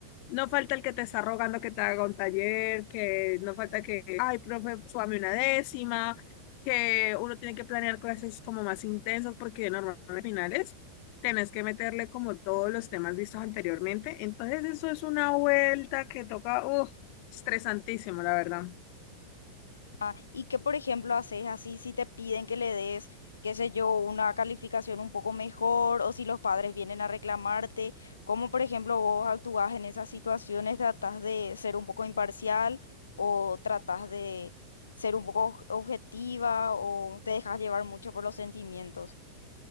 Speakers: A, on the left (about 45°); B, on the left (about 70°).
A: no falta el que te está rogando que te haga un taller, que no falta que, ay, profe, súbame una décima, que uno tiene que planear clases como más intensas porque normalmente en finales tenés que meterle como todos los temas vistos anteriormente. Entonces eso es una vuelta que toca, uh, estresantísimo, la verdad.
B: Ah, ¿Y qué, por ejemplo, haces así si te piden que le des, qué sé yo, una calificación un poco mejor o si los padres vienen a reclamarte? ¿Cómo, por ejemplo, vos actúas en esas situaciones? ¿Tratás de ser un poco imparcial o tratás de ser un poco oj- objetiva o te dejas llevar mucho por los sentimientos?